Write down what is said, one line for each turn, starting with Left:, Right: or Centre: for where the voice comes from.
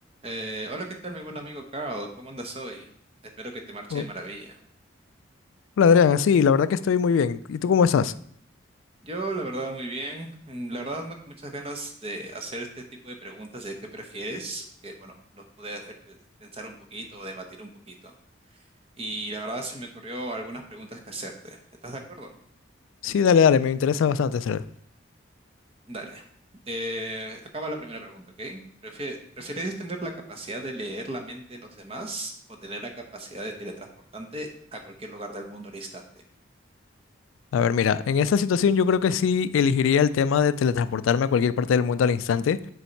Right: Eh, hola, ¿qué tal, mi buen amigo Carl? ¿Cómo andas hoy? Espero que te marche
Left: Oh,
Right: de maravilla.
Left: Hola Adrián, sí, la verdad que estoy muy bien. ¿Y tú cómo estás?
Right: Yo, la verdad, muy bien. Mm, La verdad, ando con muchas ganas de hacer este tipo de preguntas de qué prefieres, que, bueno, nos puede hacer pe- pensar un poquito o debatir un poquito. Y la verdad, se me ocurrió algunas preguntas que hacerte. ¿Estás de acuerdo?
Left: Sí, dale, dale, me interesa bastante hacer.
Right: Dale. Eh, acaba la primera pregunta, ¿ok? Prefie- ¿Prefieres tener la capacidad de leer la mente de los demás o tener la capacidad de teletransportarte a cualquier lugar del mundo al instante?
Left: A ver, mira, en esta situación yo creo que sí elegiría el tema de teletransportarme a cualquier parte del mundo al instante.